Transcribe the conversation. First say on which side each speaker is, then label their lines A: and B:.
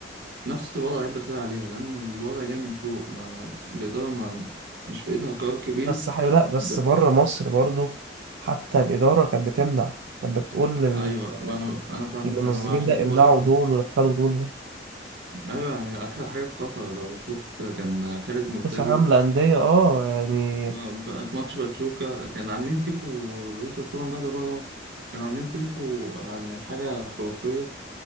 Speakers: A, on the right; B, on the right.
A: نفس الوضع هيبقى سهل عليها لأن الوضع جاي من فوق ما الإدارة ما مش في إيدها قرار كبير
B: بس حي... لا بس
A: ب-
B: بره مصر برضو حتى الإدارة كانت بتمنع كانت بتقول لل-
A: أيوة ما أنا أنا فاهمك
B: للمنظمين
A: أنا عشان
B: لا
A: كده
B: امنعوا
A: بقول لك
B: دول ودخلوا دول
A: أيوة يعني آخر حاجة في قطر لو شفت كان خالد مرتجي
B: كأس عالم للأندية اه يعني
A: آه، بقى في ماتش باتشوكا كان عاملين تيفو الولترز طبعا بعد بره مصر كانوا عاملين تيفو يعني حاجة خرافية